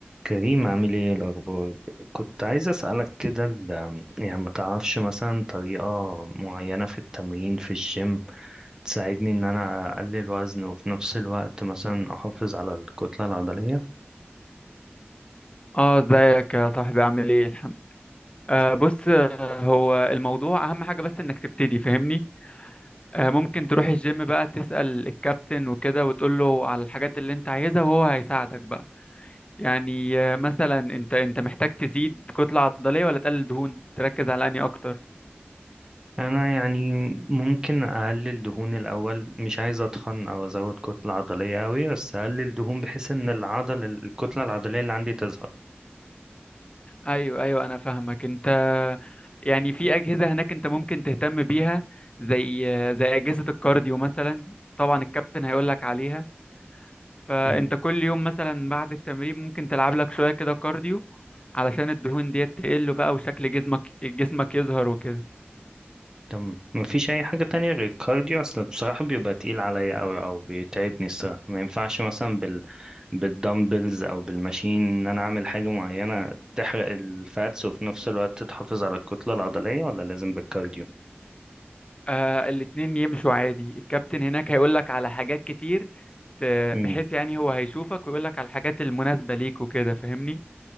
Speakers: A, on the right (about 15°); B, on the left (about 25°).
A: كريم عامل ايه الاخبار كنت عايز اسالك كده ال- يعني ما تعرفش مثلا طريقه معينه في التمرين في الجيم تساعدني ان انا اقلل وزن وفي نفس الوقت مثلا احافظ على الكتله العضليه
B: اه ازيك يا صاحبي عامل ايه الحمد آه بص آه، هو الموضوع اهم حاجة بس انك تبتدي فاهمني آه ممكن تروح الجيم بقى تسأل الكابتن وكده وتقول له على الحاجات اللي انت عايزها وهو هيساعدك بقى يعني آه مثلا انت انت محتاج تزيد كتلة عضلية ولا تقلل دهون تركز على انهي اكتر
A: انا يعني ممكن اقلل دهون الاول مش عايز اتخن او ازود كتله عضليه قوي بس اقلل دهون بحيث ان العضل الكتله العضليه اللي عندي تظهر
B: ايوه ايوه انا فاهمك انت يعني في اجهزة هناك انت ممكن تهتم بيها زي آه، زي اجهزة الكارديو مثلا طبعا الكابتن هيقول لك عليها فانت
A: مم.
B: كل يوم مثلا بعد التمرين ممكن تلعب لك شوية كده كارديو علشان الدهون ديت تقل بقى وشكل جسمك جسمك يظهر وكده
A: تمام مفيش اي حاجه تانية غير الكارديو اصل بصراحه بيبقى تقيل عليا قوي او بيتعبني الصراحه ما ينفعش مثلا بالدمبلز او بالماشين ان انا اعمل حاجه معينه تحرق الفاتس وفي نفس الوقت تحافظ على الكتله العضليه ولا لازم بالكارديو
B: آه الاتنين يمشوا عادي الكابتن هناك هيقول لك على حاجات كتير ت-
A: امم
B: بحيث يعني هو هيشوفك ويقول لك على الحاجات المناسبة ليك وكده فاهمني